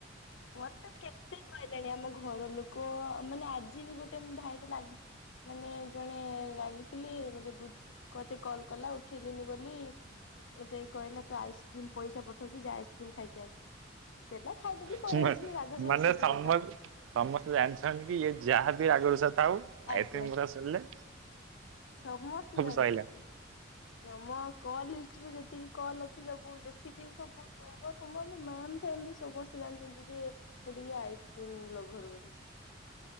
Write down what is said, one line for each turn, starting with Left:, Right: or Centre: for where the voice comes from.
Left: ମତେ କେତେ କହିଲେଣି ଆମ ଘର ଲୋକ ମାନେ ଆଜି ବି ଗୋ ଟେ ଭାଇଟେ ଲାଗି ମାନେ ଜଣେ ରାଗିଥିଲେ। ମତେ ବୁ ମତେ କଲ୍ କଲା ଉଠେଇଲିନି ବୋଲି ମୋତେ କହିଲା ତ ଆଇସ୍କ୍ରିମ ପଇସା ପଠଉଚି ଯା ଆଇସ୍କ୍ରିମ ଖାଇକି ଆସେ ସେଟା ଖାଇଦେଲି। ପଳେଇ
Right: ବାସ୍
Left: ଆସିଲି ରାଗ ସବୁ
Right: ମାନେ
Left: ଶୁଝିଗଲା।
Right: ସମ ସମସ୍ତେ ଜାଣିଛନ୍ତି କି ଇଏ ଯାହାବି ଆଗରୁ ଥାଉ
Left: ଆଜ୍ଞା।
Right: ଆଇସ୍କ୍ରିମ କଥା ଶୁଣିଲେ
Left: ସମସ୍ତେ ଜାଣିଚନ୍ତି
Right: ସଇଲା
Left: ଆମ କଲବି ରେ ଯେତିକି କଲ୍ ଅଛି ସବୁ ଯେତିକି ସବୁ ନମ୍ବର ଫର ମୋ ମ୍ୟାମ ଫ୍ୟାମ ବି ସମସ୍ତେ ଜାଣିଛନ୍ତି ଯେ ମୁଁ ଟିକେ ଆଇସ୍କ୍ରିମ ଲଭର ବୋଲି।